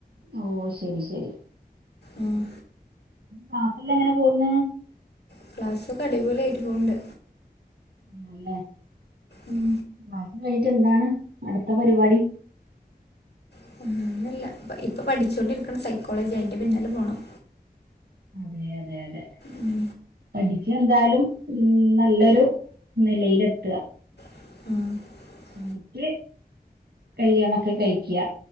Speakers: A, on the right; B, on the left.
A: ഓ ശരി ശരി
B: ഉമ്
A: ക്ലാസല്ലാം എങ്ങനെ പോവ്ന്ന്
B: ക്ലാസ്സ് ഒക്കെ അടിപൊളി ആയിട്ട് പോവ്ണ്ട്
A: ആണല്ലേ
B: ഉം
A: <unintelligible> റ്റ് എന്താണ് അടുത്ത പരിപാടി
B: <unintelligible> ല്ല ഇപ്പൊ പഠിച്ചോണ്ടിരിക്ണ സൈക്കോളജിയാ. അയിന്റെ പിന്നാലെ പോണം
A: അതെ അതെ അതെ
B: ഉം
A: പഠിച്ച് എന്തായാലും ഉം നല്ലൊരു നിലയിലെത്ത്വാ
B: <unintelligible>
A: എന്നിട്ട് കല്യാണോക്കെ കഴിക്ക്യാ